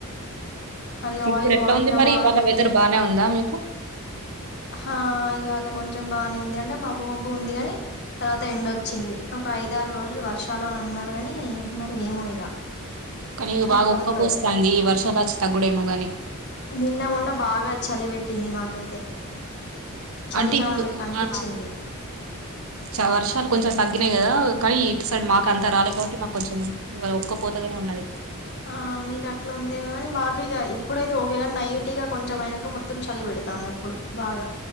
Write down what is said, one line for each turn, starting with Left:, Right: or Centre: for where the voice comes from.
Left: అది
Right: ఇప్పుడు
Left: ఆయిల్
Right: ఎట్లా
Left: వాడిన
Right: ఉంది మరి ఇవాళ
Left: ఆయిలే
Right: వెదర్ బానే ఉందా మీకు
Left: హా ఇవాళ కొంచెం బానే ఉంది అంటే మబ్బు మబ్బు ఉంది కాని తర్వాత ఎండోచ్చింది ఒక ఐదారు రోజులు వర్షాలు అని అన్నారు గాని మరి ఏమో ఇగ
Right: కానీ ఈ బాగా
Left: ఎట్లా
Right: వుక్కపోస్తాంది
Left: ఉంటదో
Right: ఈ వర్షాలు బాచ్ తగ్గుడేమో కానీ
Left: నిన్న మొన్న బాగా చలి పెట్టింది మాకైతే చలికాలం
Right: అంటే ఇప్పుడు
Left: లెక్క అనిపించింది
Right: ఆ చ వర్షాలు కొంచం తగ్గినాయి కదా కానీ ఇటు సైడ్ మాకు అంత రాలేదు కాబట్టి మాకు కొంచెం ఇవాళ ఒక్కపోతగానే ఉన్నది
Left: ఆ మీకు అట్లా ఉందిమో కాని మాకు ఇక ఇప్పుడైతే ఒకేగా నైట్గా కొంచెం అయినాక మొత్తం చలి పెడుతుంది అప్పుడు బాగా